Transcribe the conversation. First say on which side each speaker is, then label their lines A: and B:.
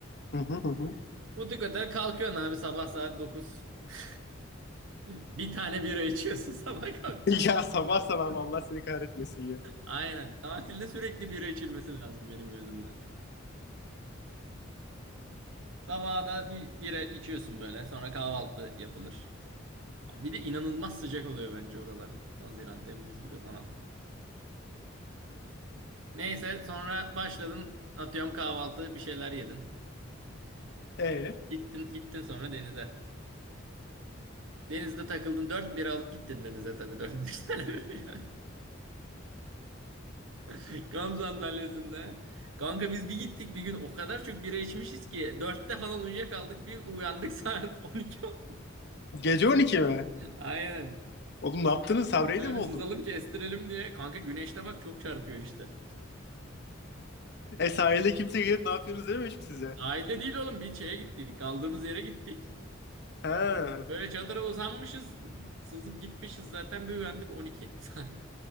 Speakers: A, on the left; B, on the right.
A: Hı hı hı hı.
B: Butik otel kalkıyorsun abi sabah saat dokuz <laughs> Bir tane bira içiyorsun <laughs> sabah kalkmış.
A: <laughs> Ya sabah sabah Allah seni kahretmesin ya.
B: Aynen tatilde sürekli bira içilmesi lazım benim gözümde. Sabahda bir bira içiyorsun böyle. Sonra kahvaltı yapılır. Bir de inanılmaz sıcak oluyor bence oralar. Haziran, Temmuz gibi falan. Neyse sonra başladın. Atıyorum kahvaltı bir şeyler yedin.
A: E
B: Git- Gittin, gittin sonra denize. Denizde takıldın. Dört bira alıp gittin denize tabii. Dört beş tane böyle. <laughs> Kamp sandalyesinde. Kanka biz bir gittik bir gün o kadar çok bira içmişiz ki. Dörtte falan uyuyakaldık. Bir uyandık <laughs> saat 12 oldu.
A: gece on iki mi?
B: Aynen.
A: Oğlum ne yaptınız? Sabreyle
B: Böyle
A: mi
B: bir
A: oldu?
B: sızalım kestirelim diye. Kanka güneşte bak çok çarpıyor işte.
A: E sahilde kimse gelip ne yapıyorsunuz dememiş mi size?
B: Sahilde değil oğlum bir şeye gittik. Kaldığımız yere gittik.
A: Ha.
B: Böyle çadıra uzanmışız. Sızıp gitmişiz zaten bir uyandık 12 saat.